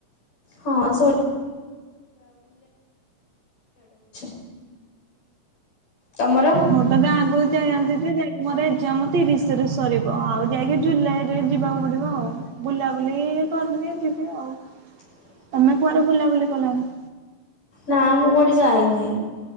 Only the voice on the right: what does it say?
ମୁଁ ତ ଗାଁ ଆଗକୁ ଯାଇନ୍ତି ଯେ ଯାଇକି ମୋର ଏଜାମ ତିରିଶରେ ସରିବ ଆଉ ଯାଇକି ଜୁଲାଇ ସେ ଯିବାକୁ ପଡିବ ଆଉ ବୁଲାବୁଲି କରିନି ଯିବି ଆଉ।
ତମେ କୁଆଡେ ବୁଲାବୁଲି କଲନି?